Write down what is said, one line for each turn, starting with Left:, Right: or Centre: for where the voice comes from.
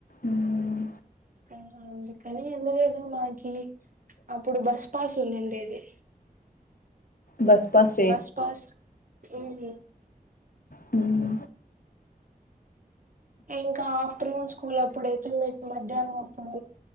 Left: మ్మ్
Right: ఆ అందుకని ఎన్ని రోజులు మాకి అప్పుడు బస్ పాస్ ఉండిండేది.
Left: బస్ పాస్
Right: బస్ పాస్ మ్మ్
Left: హ్మ్
Right: ఇంకా ఆఫ్టర్నూన్ స్కూల్ అప్పుడైతే మీకు మధ్యాహ్నం అప్పుడు